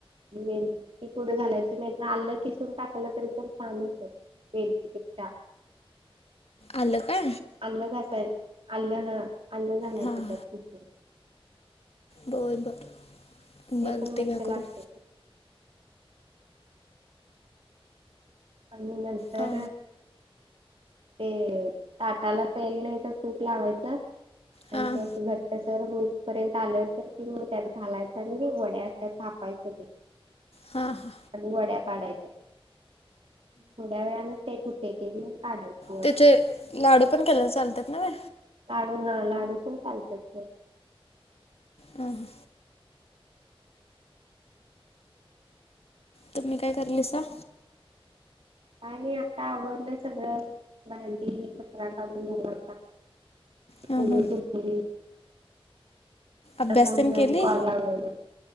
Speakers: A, on the right (about 65°); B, on the left (about 80°).
A: ती पुढे घालायची नाही आलं किसून टाकालं तरी पण छान होत. ते चिकित्सा.
B: अलं का.
A: अलं घाय अलं ह अलं घलाय
B: हां
A: त्यात खूप.
B: बर बर बर
A: पण मस्त
B: ते का
A: लागत
B: करून.
A: आणि नंतर
B: हा.
A: ते ताटाला तेल नाही तर तूप लावायचं. आणि
B: हां
A: ते असं घट्ट सर पर्यंत आलं तर की मग त्यात घालायचं आणि वड्याच्या थापायचं ते
B: हा-हा.
A: ह वड्या पडायचे. थोड्या वेळाला ते तुटे ते मी काढायत.
B: त्याचे लाडू पण केल्या चालतात ना म.
A: लाडू हा लाडू पण चालतात.
B: हं ह. तुम्ही काय करल सा.
A: आणि आता आवण सगळं भांडी कत्रा काून मला.
B: हां
A: तढे
B: हां
A: झुखली.
B: अभ्यास
A: अस म्हून
B: तेन केली
A: कॉल लाव.